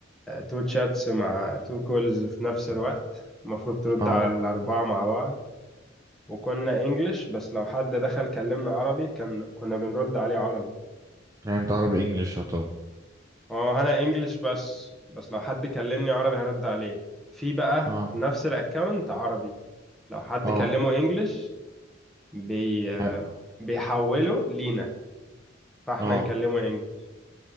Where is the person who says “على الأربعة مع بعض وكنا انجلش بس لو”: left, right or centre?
Centre